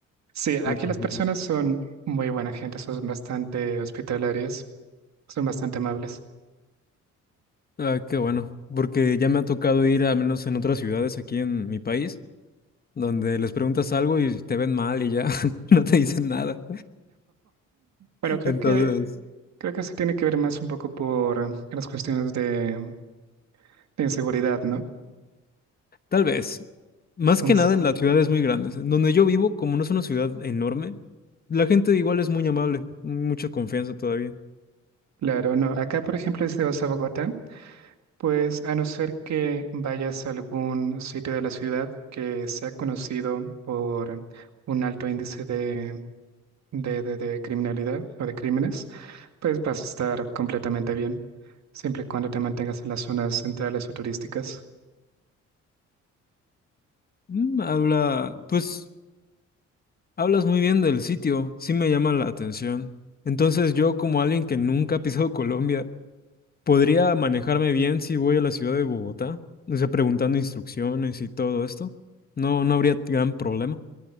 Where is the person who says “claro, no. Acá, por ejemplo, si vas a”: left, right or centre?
Right